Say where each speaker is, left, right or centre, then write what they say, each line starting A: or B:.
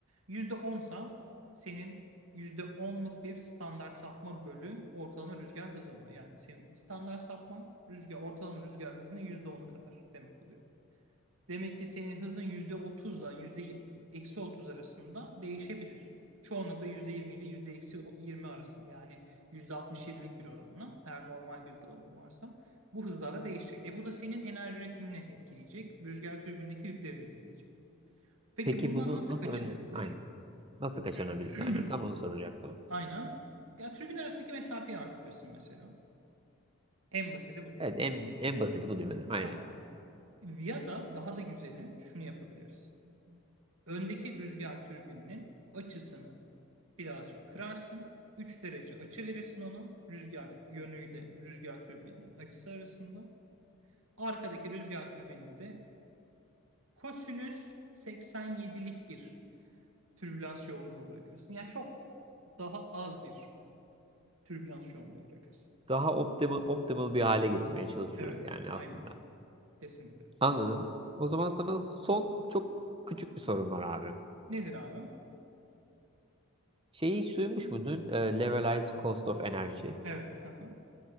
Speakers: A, on the right; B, on the right.
A: %10 sa senin Yüzde onluk bir standart sapma bölü ortalama rüzgar hızın var. Yani senin standart sapman rüzgar, ortalama rüzgar hızının yüzde onu kadar demek oluyor. Demek ki senin hızın yüzde yüzde otuzla yüzde eksi otuz arasında değişebilir. Çoğunlukla %20 ile yüzde eksi yirmi arasında yani yüzde altmış yedilik bir oranla eğer normal bir dağılım varsa bu hızlarla değişecek. E bu da senin enerji üretimini etkileyecek. Rüzgar türbinindeki yükleri de etkileyecek. Peki
B: Peki
A: bundan
B: bunu
A: nasıl
B: nasıl
A: kaçınılabilir?
B: önle aynen. Nasıl kaçınabiliriz?
A: <clears throat>
B: Aynen tam
A: <laughs>
B: onu soracaktım.
A: Aynen. Ya tribün arasındaki mesafeyi artırırsın mesela. En basiti budur.
B: Evet en en basiti bu değil mi? Aynen.
A: Aynen. Ya da daha da güzeli şunu yapabiliriz. Öndeki rüzgar türbininin açısını birazcık kırarsın. üç derece açı verirsin ona. Rüzgar yönüyle rüzgar türbininin açısı arasında. Arkadaki rüzgar türbinini de kosinüs 87'lik bir türbülans yoğunluğu bırakırsın. Yani çok daha az bir türbülans yoğunluğu bırakırsın.
B: daha optimal, optimal bir hale getirmeye çalışıyoruz
A: Evet,
B: yani
A: aynen.
B: aslında.
A: Kesinlikle.
B: Anladım. O zaman sana son çok küçük bir sorum var abi.
A: Nedir abi?
B: Şeyi hiç duymuş muydun? Ee, Levelized Cost of Energy.
A: Evet. hı hı.